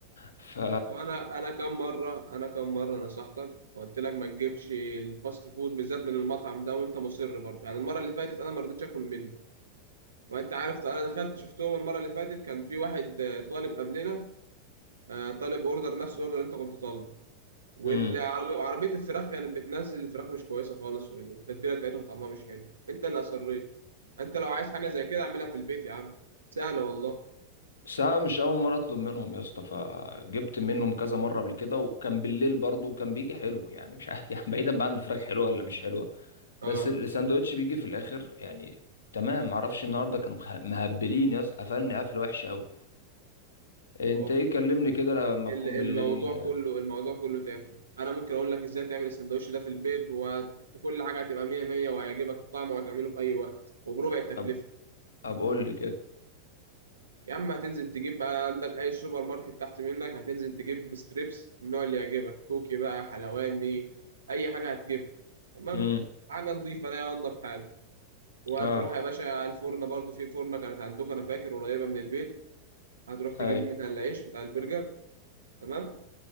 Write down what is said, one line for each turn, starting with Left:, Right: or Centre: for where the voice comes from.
Left: ف
Right: وانا انا كم مره انا كم مره نصحتك وقلت لك ما تجيبش الفاست فود بالذات من المطعم ده وانت مصر برضه يعني المره اللي فاتت انا ما رضيتش اكل منه وانت عارف انا دخلت شفتهم المره اللي فاتت كان في واحد آه، طالب قبلنا آه، طالب اوردر نفس الاوردر اللي انت كنت طالبه والعربية
Left: امم
Right: وعربية الفراخ كانت بتنزل الفراخ مش كويسة خالص والتتبيلة بتاعتهم طعمها مش حلو انت اللي اصريت انت لو عايز حاجة زي كده اعملها في البيت يا عم سهلة والله
Left: بس أنا مش أول مرة أطلب منهم يا اسطى فجبت منهم كذا مرة قبل كده وكان بالليل برضه وكان بيجي حلو يعني مش عارف <laughs> يعني بعيدا بقى عن الفراخ حلوة ولا مش حلوة
Right: اه
Left: بس الساندوتش بيجي في الآخر يعني تمام معرفش النهاردة كانوا مخ- مهبلين يا اسطى قفلني قفلة وحشة أوي أنت
Right: هو
Left: إيه كلمني كده لما
Right: ال-
Left: تكون
Right: الموضوع
Left: بالليل
Right: كله الموضوع كله تافه انا ممكن اقول لك ازاي تعمل السندوتش ده في البيت وكل حاجة هتبقى مية مية وهيعجبك الطعم وهتعمله في اي وقت وبربع التكلفة
Left: أب أقول لي كده
Right: يا عم هتنزل تجيب بقى عندك اي سوبر ماركت تحت منك هتنزل تجيب ستريبس النوع اللي يعجبك كوكي بقى حلواني اي حاجه هتجيبها تمام
Left: أمم
Right: حاجه نضيفه لا انضف حاجه وهتروح
Left: أه
Right: يا باشا على الفرن برضو في فرنه كانت عندكم انا فاكر قريبه من البيت هتروح تجيب
Left: أي
Right: منها العيش بتاع البرجر تمام